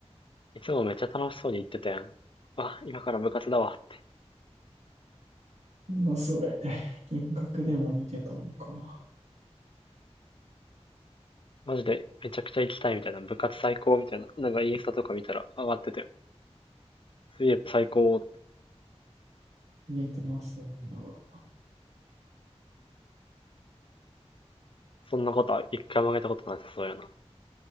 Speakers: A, on the left; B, on the right.
A: いつもめっちゃ楽しそうに行ってたやん。あ、今から部活だわって。
B: なんだそれ、幻覚でも見てたのか。
A: マジでめちゃくちゃ行きたいみたいな。部活最高みたいな。なんかインスタとか見たら上がってて。そういえば最高。
B: 言えてませんが。
A: そんなことは一回もあげたことなさそうやな。